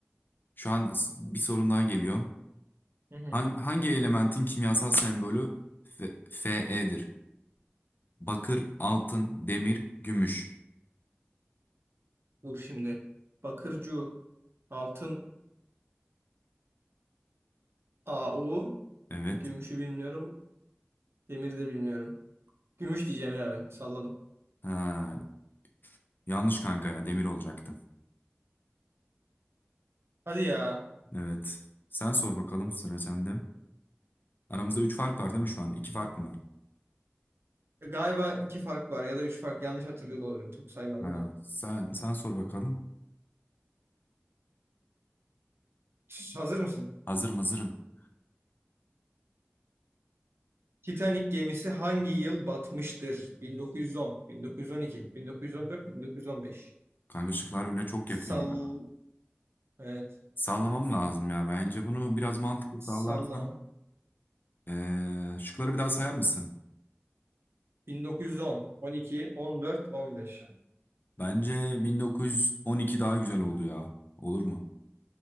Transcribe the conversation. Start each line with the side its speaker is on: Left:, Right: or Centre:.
Left: şu an s- bir sorun daha geliyor.
Right: Hı hı.
Left: Hangi, hangi elementin kimyasal sembolü Fe- Fe'dir? Bakır, altın, demir, gümüş.
Right: Dur şimdi. Bakırcu. Altın AU.
Left: Evet.
Right: Gümüşü bilmiyorum. Demiri de bilmiyorum. Gümüş diyeceğim ya ben. Salladım.
Left: Ha, yanlış kanka ya demir olacaktım.
Right: Hadi ya.
Left: Evet. Sen sor bakalım sıra sende. Aramızda 3 fark var değil mi şu an? 2 fark mı var?
Right: E, Galiba iki fark var ya da üç fark. Yanlış hatırlıyor da olabilirim. Çok saymadım
Left: Ha,
Right: da.
Left: sen sen sor bakalım.
Right: Şş, Hazır mısın?
Left: Hazırım hazırım.
Right: Titanic gemisi hangi yıl batmıştır? 1910, 1912, 1914, 1915.
Left: Kanka şıklar öyle çok
Right: Sal...
Left: yakın ya.
Right: Evet.
Left: Sallamam lazım ya. Bence bunu biraz mantıklı sallarsam.
Right: Salla.
Left: Ee, şıkları bir daha sayar mısın?
Right: 1910, 12, 14, 15.
Left: Bence 1912 daha güzel oldu ya. Olur mu?